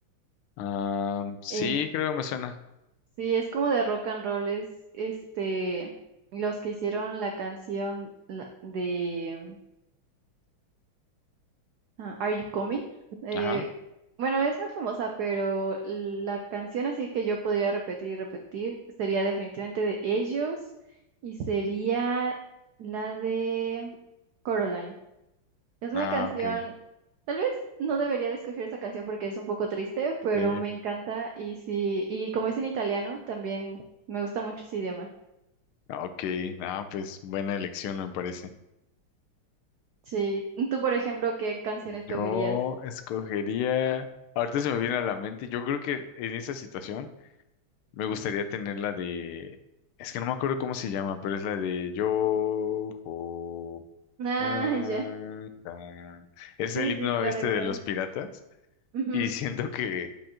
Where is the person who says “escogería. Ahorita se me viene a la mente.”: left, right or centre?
Left